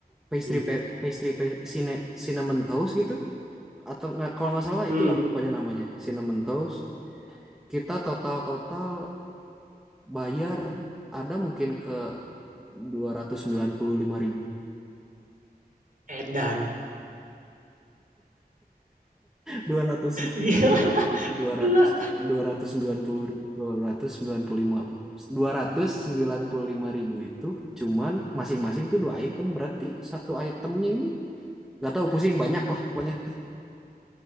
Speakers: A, in the centre; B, on the right (about 55°).
A: pastry
B: hmm,
A: pe- pastry pe- cine- cinnamon toast gitu atau nggak kalau nggak salah
B: hmm.
A: itulah pokoknya namanya cinnamon toast kita total total bayar ada mungkin ke dua dua dua
B: Edan.
A: dua ratus
B: Gila,
A: ratus
B: gila.
A: ratus dua ratus sembilan sembilan puluh puluh lima ribu dua ratus sembilan puluh lima ribu itu cuman masing-masing tuh dua item berarti satu itemnya ini nggak tahu pusing banyak lah pokoknya